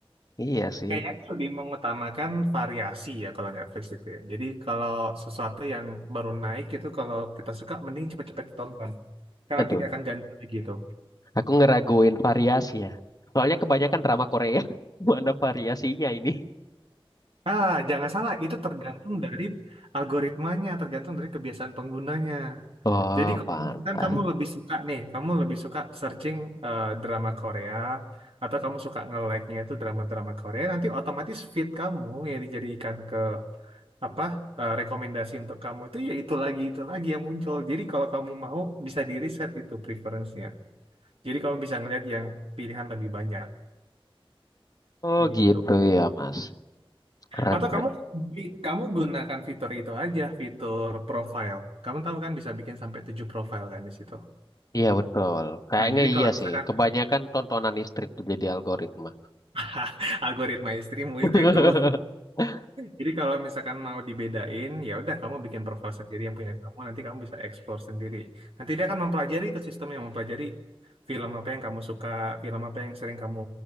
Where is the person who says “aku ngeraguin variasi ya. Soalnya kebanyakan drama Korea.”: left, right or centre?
Left